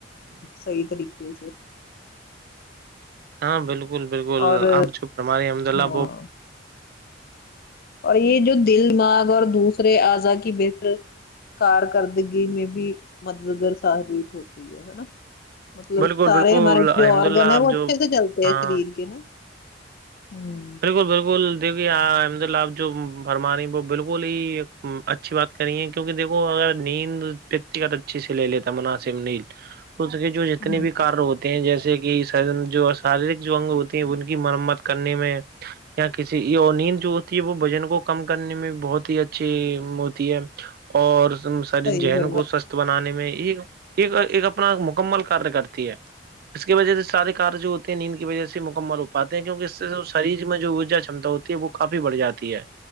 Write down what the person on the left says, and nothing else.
صحیح طریقے سے
اور
ہاں
اور یہ جو دلماغ اور دوسرے اعضاء کی بتر کارکردگی میں بھی مددگار ثابت ہوتی ہے ہے نا مطلب
سارے
ہمارے
جو آرگن
ہے
وہ
اچھے سے چلتے
ہے شریر کے نا ہوں
ہوں،
صحیح
فرمایا